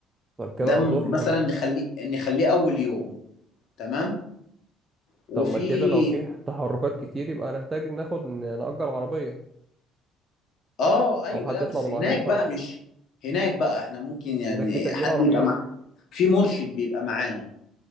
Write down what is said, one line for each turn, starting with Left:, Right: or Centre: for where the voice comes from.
Right: طب كده
Left: ده م-
Right: اظن
Left: مثلا نخليه نخليه اول يوم تمام وفي
Right: طب ما كده لو في تحركات كتير يبقى هنحتاج ناخد نأجر عربية
Left: اه ايوه
Right: أو حد
Left: لا
Right: يطلع
Left: بس
Right: بالعربية
Left: هناك
Right: بتاعته
Left: بقى مش هناك بقى احنا ممكن يعني
Right: هناك في تأجير
Left: حد
Right: عربيات
Left: يبقى مع في مرشد بيبقى معانا